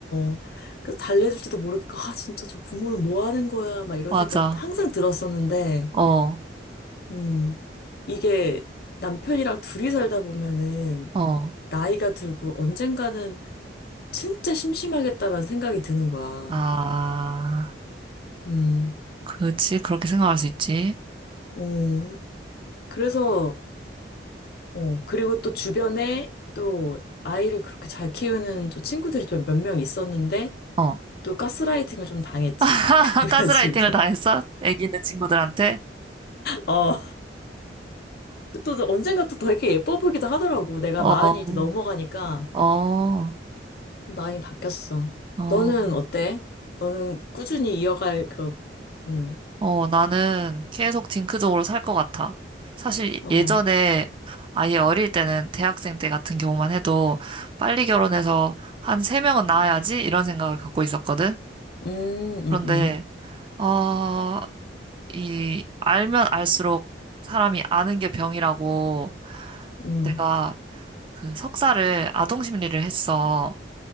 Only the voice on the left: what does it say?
어. 그래서 달래줄지도 모르겠고, 아, 진짜 저 부모는 뭐 하는 거야, 막 이런
생각 항상 들었었는데,
음, 이게 남편이랑 둘이 살다 보면은,
나이가 들고 언젠가는 진짜 심심하겠다라는 생각이 드는 거야.
음,
어, 그래서, 어, 그리고 또 주변에 또 아이를 그렇게 잘 키우는 또 친구들이 또 몇 명 있었는데,
또 가스라이팅을 좀 당했지.
<laughs> 그래가지고
어, 또 언젠가 또 되게 예뻐 보이기도 하더라고. 내가
마흔이 이제 넘어가니까
마음이 바뀌었어.
너는 어때? 너는 꾸준히 이어갈 그런 음,
어,
음,
음, 음,
음,